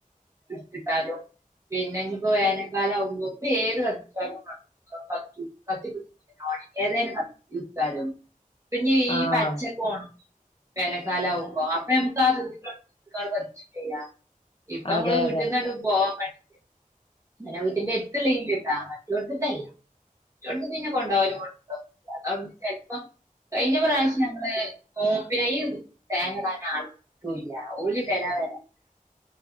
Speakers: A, on the right; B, on the left.
A: സൃഷ്ടിത്താലോ <inaudible> പിന്നെ ഞ്ഞിപ്പൊ വേനൽക്കാലാഉമ്പോ ഇപ്പ ഏത് കത്തിച്ചാലും <unintelligible> കത്തി പിട് ഒണങ്യേതെയ്നു സത്യ <unintelligible> ത്താലും പിന്നെ
B: ആഹ്
A: ഈ പച്ചക്കോണ് വേനൽക്കാല ആവും ക്കോ അപ്പ നമ്മക്ക് ആ <unintelligible> ഇപ്പ
B: അതെ
A: മ്മള്
B: അതെ
A: വീട്ട്ന്നെല്ലും ഭോഒക്കെ ണ്ടാക്കും ങ്ങനെ വീട്ടിന്റെര്ത്ള്ള <unintelligible> ചൊണ്ട് പിന്നെ കൊണ്ട് <unintelligible> ചെൽപ്പം കഴിഞ്ഞ പ്രാവശ്യം ഞങ്ങള് ഓ പിന്നെ ഈദ് തേങ്ങ ഇടാൻ ആൾ കിട്ടൂല്ല ഓല് വരാ വരാ